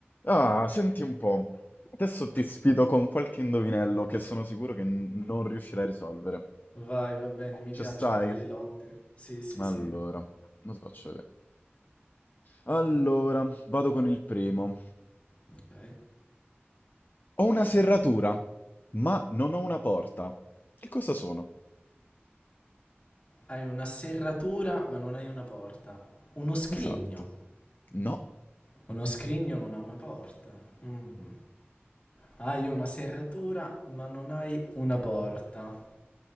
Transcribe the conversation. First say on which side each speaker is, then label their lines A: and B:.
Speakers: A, on the left; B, on the left.
A: Ah, senti un po'. Adesso ti sfido con qualche indovinello che sono sicuro che n- non riuscirai a risolvere.
B: Vai, va bene, mi
A: Ci
B: piacciono
A: stai?
B: le lotte. Sì, sì,
A: Allora,
B: sì.
A: lo ti faccio vedere. Allora, vado con il primo.
B: Ok.
A: Ho una serratura, ma non ho una porta. Che cosa sono?
B: Hai una serratura, ma non hai una porta. Uno scrigno.
A: Esatto. No.
B: Uno scrigno non ha una porta. Mm. Hai una serratura, ma non hai una porta.